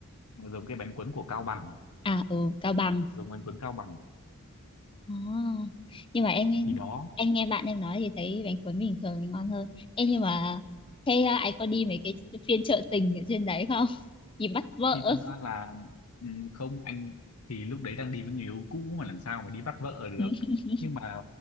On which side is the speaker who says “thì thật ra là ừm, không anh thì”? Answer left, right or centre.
Left